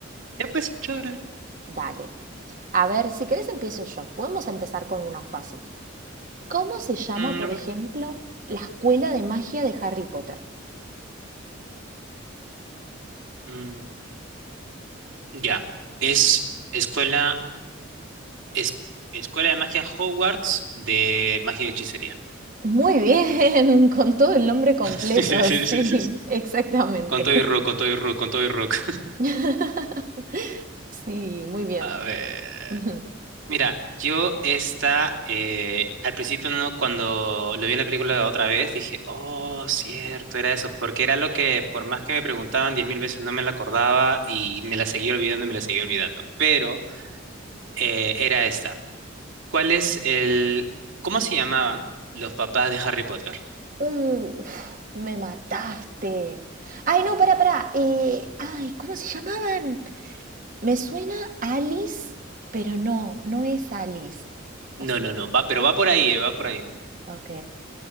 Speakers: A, on the right (about 80°); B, on the right (about 45°).
A: Ya pues, chévere.
B: Dale. A ver, si querés empiezo yo. Podemos empezar con una fácil. ¿Cómo se llama,
A: Mm,
B: por
A: a ver.
B: ejemplo, la escuela de magia de Harry Potter?
A: Mm, ya. Es escuela, es, escuela de magia Hogwarts de magia y hechicería.
B: Muy bien, <laughs> con todo el nombre completo,
A: <laughs>
B: sí, exactamente.
A: Con todo y rock, con todo y rock, con todo y rock.
B: <laughs> Sí, muy bien.
A: A ver.
B: <laughs>
A: Mira, yo esta, eh, al principio no, cuando lo vi en la película la otra vez, dije, oh, cierto, era eso, porque era lo que por más que me preguntaban diez mil veces no me la acordaba y me la seguía olvidando y me la seguía olvidando, pero eh, era esta. ¿Cuál es el, cómo se llamaban los papás de Harry Potter?
B: Uf, me mataste. Ay, no, pará, pará. Eh, ay, ¿cómo se llamaban? Me suena Alice, pero no, no es Alice. O sí,
A: No, no, no, va, pero va por ahí, eh, va por ahí.
B: ok.